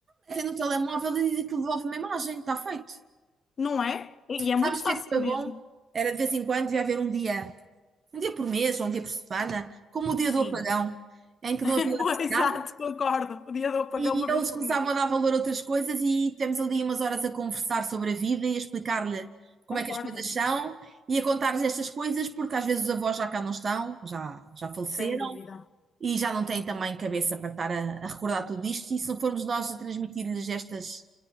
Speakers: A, on the right (about 45°); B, on the left (about 45°).
A: até no telemóvel e aquilo devolve uma imagem, está feito.
B: Não é? E é muito
A: Sabes
B: fácil
A: o que é que foi
B: mesmo.
A: bom? Era de vez em quando ia haver um dia um dia por mês, ou um dia por semana, como o dia
B: Sim.
A: do apagão, em que
B: <laughs>
A: não havia eletricidade,
B: Boa, exato, concordo. Podia eu pagar
A: e
B: uma vez
A: eles
B: por
A: começavam
B: mim.
A: a dar valor a outras coisas e tivemos ali umas horas a conversar sobre a vida e a explicar-lhe como
B: Concordo,
A: é que as coisas são e a contar-lhes estas coisas, porque às vezes os avós já cá não estão, já, já faleceram
B: sem dúvida,
A: e já não têm também cabeça para estar a, a recordar tudo isto, e se não formos nós a transmitir-lhes estas